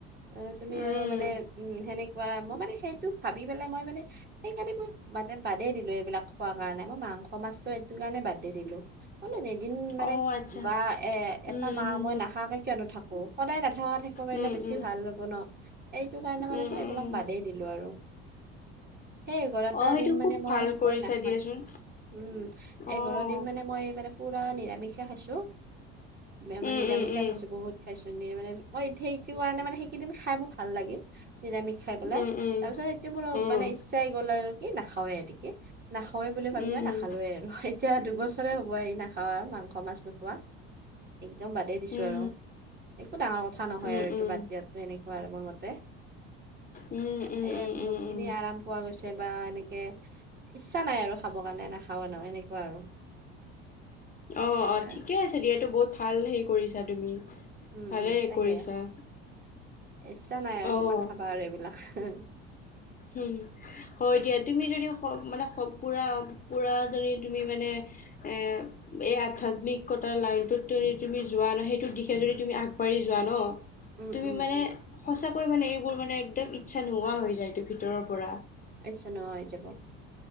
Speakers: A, on the right; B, on the left.
A: অ', তুমি
B: উম,
A: আৰু মানে উম, সেনেকে- কোৱা, মই মানে সেইটো ভাবি পেলাই মই মানে- সেই কাৰণে মই বাদেই দিলো এইবিলাক খোৱাৰ কাৰণে। মই মানস, মাছটো- সেইটো কাৰণে বাদ দি দিলো মানে এদিন মানে
B: অ', আচ্ছা
A: বা এ এটা
B: উম,
A: মা
B: উম,
A: মই নোখোৱাকে- নাথাকো। সদায় নথকা থাকিব পাৰিলে
B: উম, উম,
A: বেছি
B: উম,
A: ভাল হ'ব ন এইটো কাৰণে মানে
B: উম,
A: মই
B: উম,
A: এইবিলাক বাদেই- দিলো আৰু। সেই এঘাৰটা
B: অ', সেইটো
A: দিন
B: খুব
A: মানে মই
B: ভাল
A: একোৱে
B: কৰিছা
A: নাপাইছিলো।
B: দিয়াচোন
A: উমঁ,
B: অ',
A: এঘাৰ দিন মানে মই মানে- পুৰা নিৰামিচে খাইছোঁ, মই মানে
B: উম,
A: নিৰামিছাই
B: উম, উম,
A: খাইছোঁ। বহুত খাইছো মানে। মোৰ সেইটো কাৰণে মানে সেইকেইদিন খাই বহুত ভাল লাগে। নিৰামিষ খাই পেলাই
B: উম,
A: তাৰপিছত
B: উম,
A: এতিয়া মোৰ
B: উম,
A: মানে ইচ্ছা আহি গ'ল আৰু কি নাখাওঁৱে এনেকে। নাখাৱেই বুলি ভাবি
B: উম,
A: পেলাই নাখালোৱে আৰু। এতিয়া দুবছৰে হ'ব এ নোখোৱা মাংস, মাছ নোখোৱা, একদম বাদেই দিছোঁ
B: উম,
A: আৰু। একো ডাঙৰ কথা নহয়
B: উম,
A: আৰু এইটো
B: উম,
A: বাদ দিয়াটো এনেকুৱা আৰু মোৰ মতে।
B: উম, উম,
A: সেয়াই
B: উম,
A: বহুত
B: উম, উম,
A: খিনি আৰাম পোৱা গৈছে বা এনেকে ইচ্ছা নাই আৰু খাব কাৰণে নাখাওঁ ৱে ন এনেকুৱা আৰু।
B: অ'
A: সেইয়া
B: অ' ঠিকে আছে দিয়াতো বহুত ভাল হেৰি কৰিছা তুমি
A: উম
B: ভালেই
A: উম তাকে
B: কৰিছা।
A: ইচ্ছা নাই আৰু
B: অ',
A: কিমান খাবা আৰু এইবিলাক হে
B: উম, হয় দিয়া। তুমি যদি স মানে স পুৰা, পুৰা যদি তুমি মানে এ এই আধ্যাত্মিকতাৰ লাইনটোত তুৰি তুমি যোৱা ন, সেইটোৰ দিশে যদি তুমি আগবাঢ়ি যোৱা ন
A: উম
B: তুমি
A: উম
B: মানে
A: উম
B: সঁচাকৈ মানে এইবোৰ মানে একদম ইচ্ছা নোহোৱা হৈ যায়টো ভিতৰৰ পৰা।
A: <unintelligible> যাব